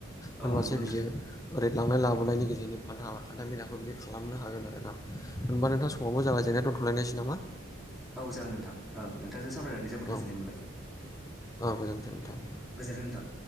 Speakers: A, in the centre; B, on the left (about 15°).
A: औ
B: होनबासो
A: नंगौ नोंथां
B: बियो ओरैनो लांनाय लाबोनायनि गेजेरजों हान्था मेलाखौ बिदि खालामनो हागोन आरोना होनबा नोंथां समाबो जाबाय जोंना दा दोनथ'लायनायसै नामा
A: औ जागोन नोंथां औ नोंथांजों सावरायनानै जोबोद
B: औ
A: गोजोननाय मोनबाय।
B: औ गोजोन्थों नोंथां
A: गोजोन्थों नोंथां।